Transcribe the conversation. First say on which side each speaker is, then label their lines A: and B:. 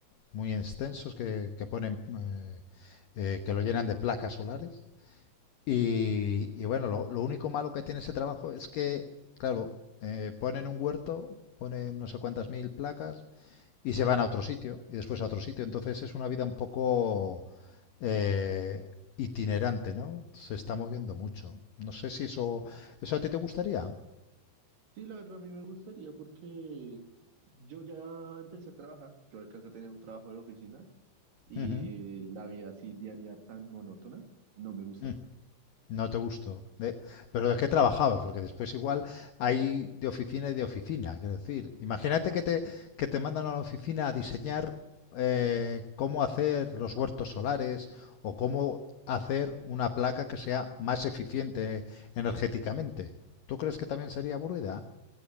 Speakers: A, on the left; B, on the right.
A: muy extensos que, que ponen eh, eh, que lo llenan de placas solares y, y bueno lo, lo único malo que tiene ese trabajo es que claro eh, ponen un huerto ponen no sé cuántas mil placas y se van a otro sitio y después a otro sitio entonces es una vida un poco eh, itinerante no se está moviendo mucho no sé si eso eso a ti te gustaría
B: Sí, la verdad a mí me gustaría porque yo ya empecé a trabajar, yo alcancé a tener un trabajo de oficina y
A: Ujú,
B: la vida así diaria tan monótona, no me gustó.
A: mm, No te gustó. De- pero ¿de qué trabajabas? Porque después igual hay de oficina y de oficina. Quiero decir, imagínate que te, que te mandan a la oficina a diseñar eh, cómo hacer los huertos solares o cómo hacer una placa que sea más eficiente energéticamente. ¿Tú crees que también sería aburrida?